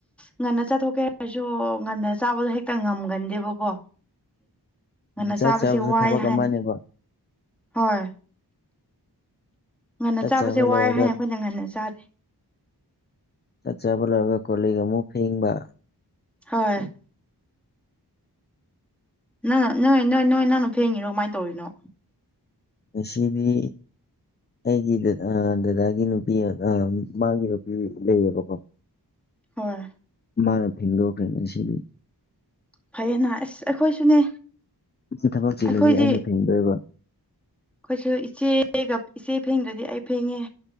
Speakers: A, in the centre; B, on the left.
A: ꯉꯟꯅ ꯆꯥꯊꯣꯛꯀꯦ ꯍꯥꯏꯔꯁꯨ ꯉꯟꯅ ꯆꯥꯕꯗꯣ ꯍꯦꯛꯇ ꯉꯝꯒꯟꯗꯦꯕꯀꯣ ꯉꯟꯅ
B: ꯆꯥꯛ
A: ꯆꯥꯕꯁꯦ
B: ꯆꯥꯕꯁꯨ
A: ꯋꯥꯏ
B: ꯊꯕꯛ
A: ꯍꯥꯏ
B: ꯑꯃꯅꯦꯕ
A: ꯍꯣꯏ ꯉꯟꯅ
B: ꯆꯥꯛ
A: ꯆꯥꯕꯁꯦ
B: ꯆꯥꯕ
A: ꯋꯥꯏ
B: ꯂꯣꯏꯔꯒ
A: ꯍꯥꯏꯅ ꯑꯩꯈꯣꯏꯗꯤ ꯉꯟꯅ ꯆꯥꯗꯦ
B: ꯆꯥꯛ ꯆꯥꯕ ꯂꯣꯏꯔꯒ ꯀꯣꯂꯤꯛ ꯑꯃꯨꯛ ꯐꯦꯡꯕ
A: ꯍꯣꯏ ꯅꯪ ꯅꯣꯏ ꯅꯣꯏ ꯅꯣꯏ ꯅꯪꯅ ꯐꯦꯡꯉꯤꯔꯣ ꯀꯃꯥꯏꯅ ꯇꯧꯔꯤꯅꯣ
B: ꯃꯁꯤꯁꯤꯕꯤ ꯑꯩꯒꯤ ꯗꯗꯥꯒꯤ ꯅꯨꯄꯤ ꯃꯥꯒꯤ ꯅꯨꯄꯤ ꯂꯩꯌꯦꯕꯀꯣ
A: ꯍꯣꯏ
B: ꯃꯥꯅ ꯐꯒ ꯀ꯭ꯔꯦꯁꯤꯔꯤ
A: ꯐꯩꯌꯦꯅ ꯑꯁ ꯑꯩꯈꯣꯏꯁꯨꯅꯦ
B: ꯊꯕꯛ ꯆꯤꯂꯗꯤ
A: ꯑꯩꯈꯣꯏꯗꯤ
B: ꯑꯩꯅ ꯐꯦꯡꯗꯣꯏꯕ
A: ꯑꯩꯈꯣꯏꯁꯨ ꯏꯆꯦꯒ ꯏꯆꯦ ꯐꯦꯡꯗ꯭ꯔꯗꯤ ꯑꯩ ꯐꯦꯡꯉꯦ